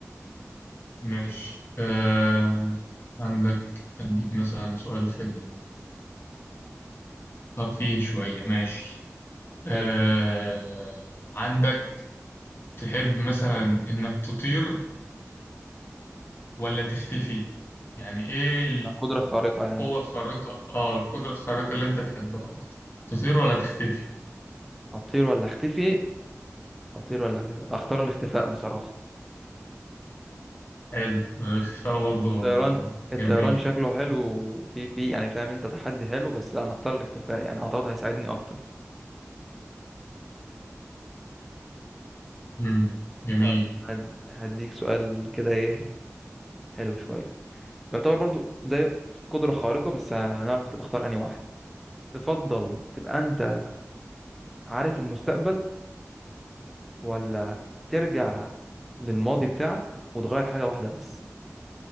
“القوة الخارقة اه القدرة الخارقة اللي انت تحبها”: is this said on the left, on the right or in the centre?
Left